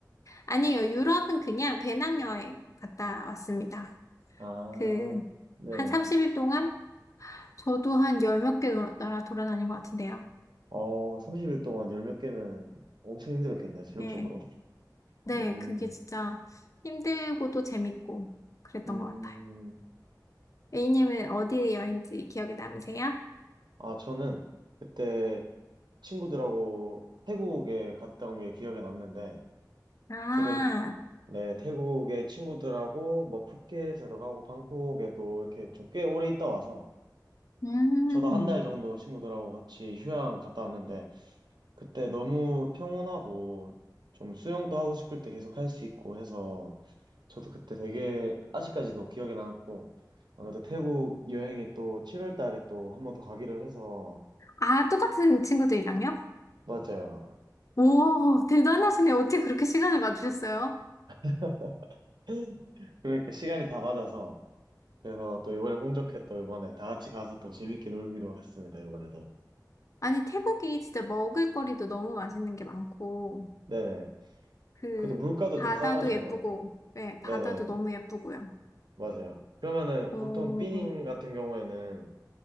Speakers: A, on the left (about 45°); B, on the right (about 85°).
A: 아니에요. 유럽은 그냥 배낭여행 갔다 왔습니다.
B: 아,
A: 그,
B: 네네.
A: 한 30일 동안 저도 한 열 몇 개 나라 돌아다닌 것 같은데요.
B: 어, 30일 동안 열몇 개면 엄청 힘들었겠네, 체력적으로.
A: 예. 네,
B: 음,
A: 그게 진짜 힘들고도 재밌고 그랬던
B: 음,
A: 것 같아요. A님은 어디 여행지 기억에 남으세요?
B: 아, 저는 그때 친구들하고 태국에 갔다 온 게 기억에 남는데,
A: 아,
B: 저도 네, 태국에 친구들하고 뭐 푸켓에도 가고 방콕에도 이렇게 좀 꽤 오래 있다 와서,
A: 음.
B: 저도 한 달 정도 친구들하고 같이 휴양 갔다 왔는데, 그때 너무 평온하고 좀 수영도 하고 싶을 때 계속 할 수 있고 해서 저도 그때 되게 아직까지도 기억에 남고 아무래도 태국 여행이 또 7월 달에 또 한번 더 가기로 해서
A: 아, 똑같은 친구들이랑요?
B: 맞아요.
A: 오, 대단하시네. 어떻게 그렇게 시간을 맞추셨어요?
B: <laughs> 그러니까 시간이 다 맞아서 그래서 또 이번에 운 좋게 또 이번에 다 같이 가서 또 재밌게 놀기로 했습니다. 이번에도.
A: 아니, 태국이 진짜 먹을거리도 너무 맛있는 게 많고,
B: 네네.
A: 그,
B: 그래도 물가도
A: 바다도
B: 좀 싸가지고
A: 예쁘고, 네,
B: 네네.
A: 바다도 너무 예쁘고요.
B: 맞아요. 그러면은
A: 오,
B: 보통 삐닝 같은 경우에는